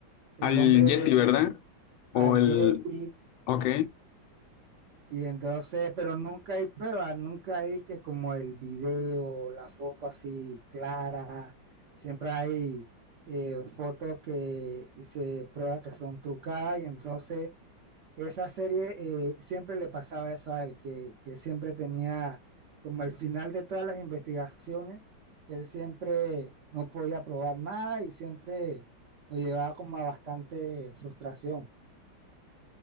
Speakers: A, on the right; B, on the left.
A: el
B: Al
A: hombre,
B: Yeti,
A: eh,
B: ¿verdad? O
A: al
B: el...
A: Yeti.
B: Ok.
A: Y entonces, pero nunca hay pruebas, nunca hay que como el video, la foto así clara, siempre hay eh, fotos que se prueba que son trucadas y entonces esa serie eh, siempre le pasaba eso a él, que, que siempre tenía como el final de todas las investigaciones, él siempre no podía probar nada y siempre lo llevaba como a bastante frustración.